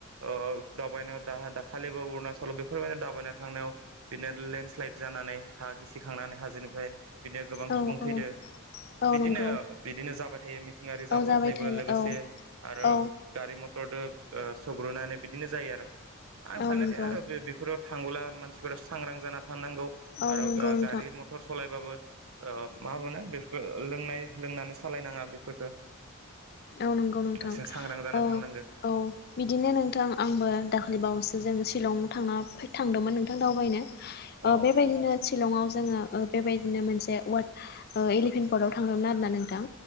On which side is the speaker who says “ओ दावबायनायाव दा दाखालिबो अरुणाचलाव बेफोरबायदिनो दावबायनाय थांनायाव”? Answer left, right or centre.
Right